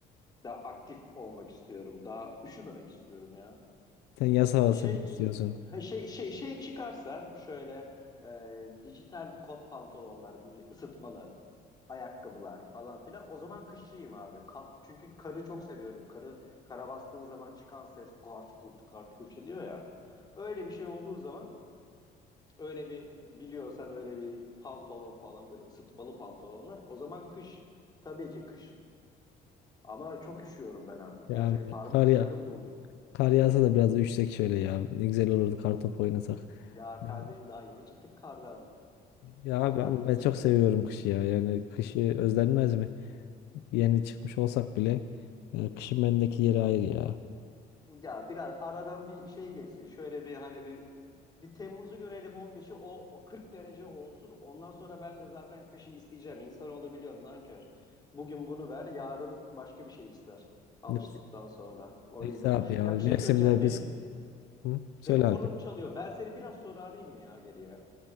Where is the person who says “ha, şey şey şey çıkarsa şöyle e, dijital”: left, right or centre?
Left